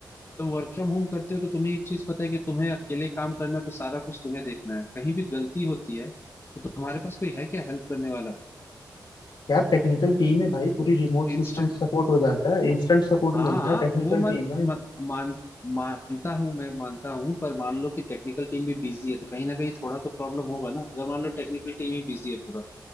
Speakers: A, on the left; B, on the left.
A: तुम वर्क फ्रॉम होम करते हो तो तुम्हें एक चीज पता है कि तुम्हें अकेले काम करना है, तो सारा कुछ तुम्हें देखना है कहीं भी गलती होती है तो तुम्हारे पास कोई है क्या हेल्प करने वाला
B: यार टेक्निकल टीम है भाई पूरी रिमोट सिस्टम
A: इंस्टेंट
B: सपोर्ट हो जाता है इंस्टेंट सपोर्ट
A: हाँ
B: मिलता है टेक्निकल
A: वो मान
B: टीम है
A: मान मान- मानता हूँ मैं मानता हूँ पर मान लो कि टेक्निकल टीम भी बिजी है तो कहीं ना कहीं थोड़ा तो प्रॉब्लम होगा ना अगर मान लो टेक्निकल टीम ही बिजी है पूरा